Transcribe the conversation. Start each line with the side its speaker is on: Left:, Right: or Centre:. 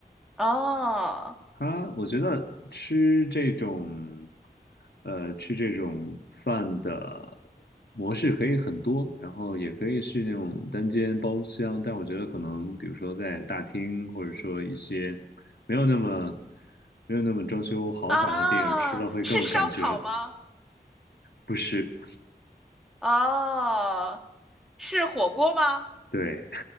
Centre: 哦，
Left: 他，我觉得吃这种，呃，吃这种饭的模式可以很多，然后也可以是那种单间包厢，但我觉得可能，比如说在大厅，或者说一些没有那么没有那么装修豪华的地儿，
Centre: 啊，
Left: 吃了会更有感觉。
Centre: 是烧烤吗？
Left: 不是，
Centre: 哦，是火锅吗？
Left: 对，